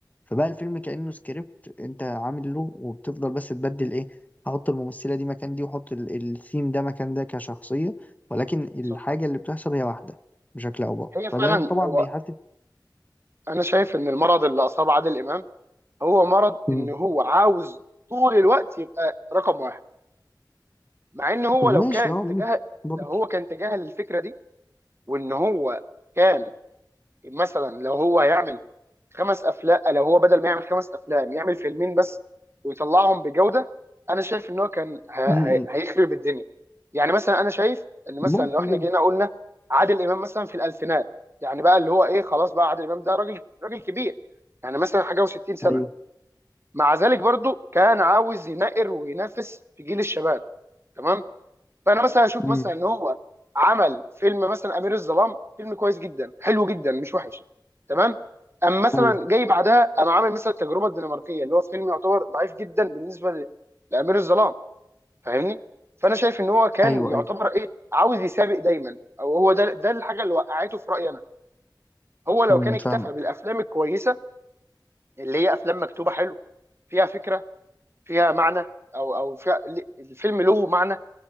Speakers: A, on the left (about 20°); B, on the right (about 35°).
A: فبقى الفيلم كأنه سكريبت انت عامل له وبتفضل بس تبدل ايه احط الممثلة دي مكان دي واحط ال- الثيم ده مكان ده كشخصية ولكن الحاجة
B: صح
A: اللي بتحصل هي واحدة بشكل او باخر
B: هي فعلا
A: فده طبعا
B: هو
A: بيحسس
B: انا شايف ان المرض اللي اصاب عادل امام هو مرض
A: مم.
B: ان هو عاوز طول الوقت يبقى رقم واحد مع ان هو
A: ماشي
B: لو كان
A: اه ممكن
B: تجاهل
A: برضه
B: لو هو كان تجاهل الفكره دي وان هو كان مثلا لو هو هيعمل خمس افلام لو هو بدل ما يعمل خمس افلام يعمل فيلمين بس ويطلعهم بجوده انا شايف ان هو كان ه- ه-
A: مم.
B: هيخرب الدنيا يعني مثلا انا شايف ان مثلا
A: ممكن
B: لو احنا جينا
A: جدا
B: قلنا عادل امام مثلا في الالفينات يعني بقى اللي هو ايه خلاص بقى عادل امام ده راجل راجل كبير يعني مثلا حاجه و60 سنه
A: ايوه
B: مع ذلك برضو كان عاوز ينقر وينافس في جيل الشباب تمام فانا مثلا اشوف
A: مم.
B: مثلا ان هو عمل فيلم مثلا امير الظلام فيلم كويس جدا حلو جدا مش وحش تمام اما مثلا
A: ايوه
B: جاي بعدها انا عامل مثلا التجربه الدنماركيه اللي هو فيلم يعتبر ضعيف جدا بالنسبه ل- لامير الظلام فاهمني فانا شايف ان هو كان
A: ايوه
B: يعتبر
A: ايوه
B: ايه عاوز يسابق دايما او هو ده ده الحاجه اللي وقعته في رايي انا هو لو
A: مم.
B: كان اكتفى
A: فاهمك
B: بالافلام الكويسه اللي هي افلام مكتوبه حلو فيها فكره فيها معنى او او فيها الفيلم له معنى